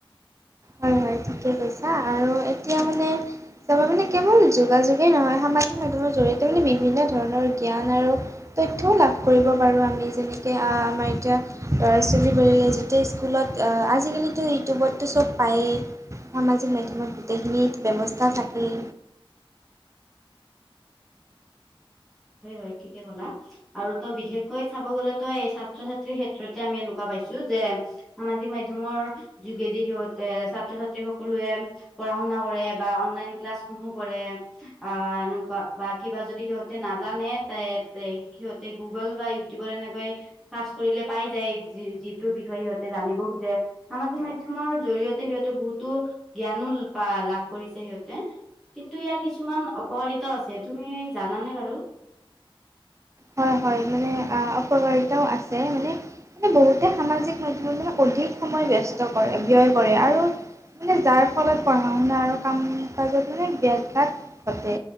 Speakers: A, on the right; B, in the centre.
A: হয় হয় ঠিকেই কৈছা আৰু এতিয়া মানে চাবা মানে কেৱল যোগাযোগেই নহয় সামাজিক মাধ্যমৰ জৰিয়তে মানে বিভিন্ন ধৰণৰ জ্ঞান আৰু তথ্যও লাভ কৰিব পাৰো আমি যেনেকে আ আমাৰ এতিয়া ল'ৰা ছোৱালীবোৰে যে যেতিয়া স্কুলত আ আজিকালিতো ইউটিউবততো চব পায়েই। সামাজিক মাধ্যমত গোটেইখিনি ব্যৱস্থা থাকেই।
B: হয় হয় ঠিকে ক'লা আৰু ত বিশেষকৈ চাব গলে তই এই ছাত্ৰ ছাত্ৰী ক্ষেত্ৰতে আমি এনেকুৱা পাইছো যে সামাজিক মাধ্যমৰ যোগেদি সিহঁতে ছাত্ৰ ছাত্ৰী সকলোৱে পঢ়া শুনা কৰে বা অনলাইন ক্লাছসমূহ কৰে আহ এনেকুৱা বা কিবা যদি সিহ সিহঁতে নাজানে তে তে সিহঁতে গুগল বা ইউটিউবৰ এনেকৈ চাৰ্চ কৰিলে পাই যায় যি যিটোৰ বিষয়ে সিহঁতে জানিব খোজে সামাজিক মাধ্যমৰ জৰিয়তে সিহঁতে বহুতো জ্ঞানো লা লাভ কৰিছে সিহঁতে কিন্তু ইয়াৰ কিছুমান অপকাৰিতা আছে তুমি জানানে বাৰু
A: হয় হয় মানে আ অপকাৰিতাও আছে মানে বহুতে সামাজিক মাধ্যমে মানে অধিক সময় ব্যস্ত কৰে ব্যয় কৰে আৰু মানে যাৰ ফলত পঢ়া শুনা আৰু কাম কাজত মানে ব্যাঘাত ঘটে